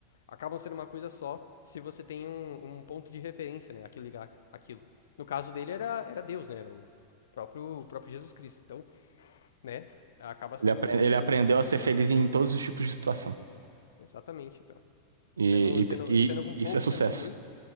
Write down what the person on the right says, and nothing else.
ele, apre- ele
aprendeu
a ser feliz em todos os tipos de situação.
e
e- e
isso é sucesso.